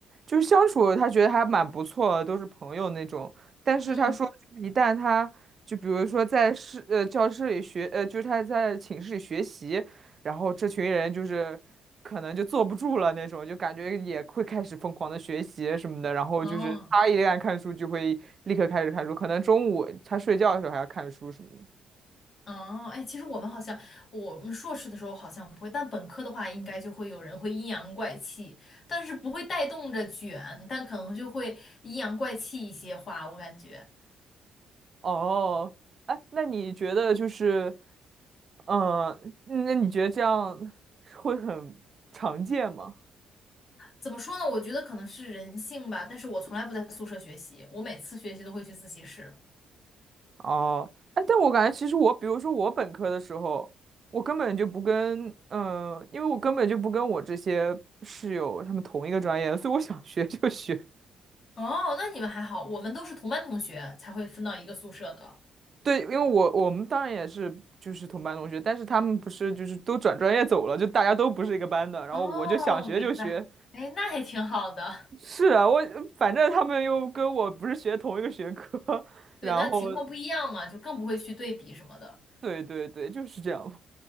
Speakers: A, on the right (about 45°); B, on the left (about 45°).
A: 就是相处，他觉得还蛮不错的都是朋友那种。但是他说，
B: 嗯，
A: 就是一旦他就比如说在室呃教室里学呃，就是他在寝室里学习，然后这群人就是。可能就坐不住了那种，就感觉也会开始疯狂的学习什么的，然后就是他一旦看书就会立刻开始看书，
B: 哦
A: 可能中午他睡觉的时候还要看书什么的。
B: 哦，哎，其实我们好像，我们硕士的时候好像不会，但本科的话，应该就会有人会阴阳怪气，但是不会带动着卷，但可能就会阴阳怪气一些话，我感觉。
A: 哦，哎，那你觉得就是，嗯、那你觉得这样会很常见吗？
B: 怎么说呢？我觉得可能是人性吧，但是我从来不在宿舍学习，我每次学习都会去自习室。
A: 哦，哎，但我感觉其实我，比如说我本科的时候，我根本就不跟，嗯、因为我根本就不跟我这些室友他们同一个专业，所以我想学就学。
B: 哦，那你们还好，我们都是同班同学才会分到一个宿舍的。
A: 对，因为我我们当然也是就是同班同学，但是他们不是就是都转专业走了，就大家都不是一个班的。然后我就想学就学，
B: 哦，明白。哎，那还挺好的。
A: 是啊，我反正他们又跟我不是学同一个学科，<laughs>
B: 对，
A: 然后
B: 那情况不一样嘛，就更不会去对比什么的。
A: 对对对，就是这样。